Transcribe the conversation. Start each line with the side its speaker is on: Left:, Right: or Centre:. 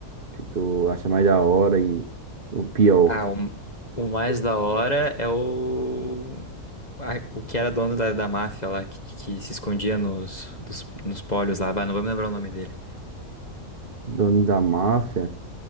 Right: que tu acha mais da hora e o pior?
Left: Ah, o, o mais da hora é o. a- o que era dono da, da máfia lá, que, que se escondia nos, dos- nos pólios lá. Bah, não vou me lembrar o nome dele.
Right: Dono da máfia?